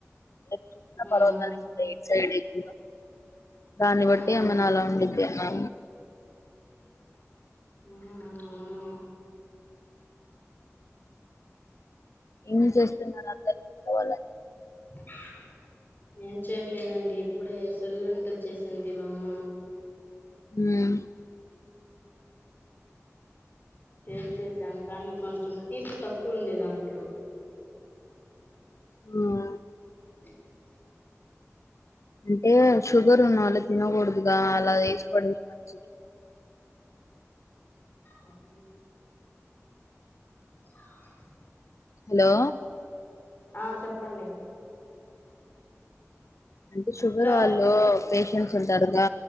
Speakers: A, on the left; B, on the left.
A: దూసరా
B: ఉమ్
A: పర్వతనిడ్ సైడ్ ఎక్కువగా దాన్ని బట్టి
B: ఉమ్
A: ఏమైనా అలా ఉండిద్దెమో
B: హ్మ్ అవునవును
A: ఏమి చేస్తున్నారు అందరు ఇంట్లోవాళ్ళండి
B: కావ్ ఏం చేయట్లేదండి ఇప్పుడే సెలుంట్లు చేసింది మా అమ్మ
A: మ్మ్
B: టేస్ట్ చేసాం కానీ కొంచెం తీపి తక్కువవుంది దాంట్లో
A: ఆ ఆ
B: క్... క్
A: అంటే షుగారున్నల్లోకి తినకూడదుగా అలా వేసిపడేసింది మంచిది
B: అగ్ గొ చ.. హు.. గ్
A: హలో
B: ఆ చెప్పండి
A: అంటే షుగరోళ్లు
B: హలో
A: పేషెంట్స్ ఉంటారుగా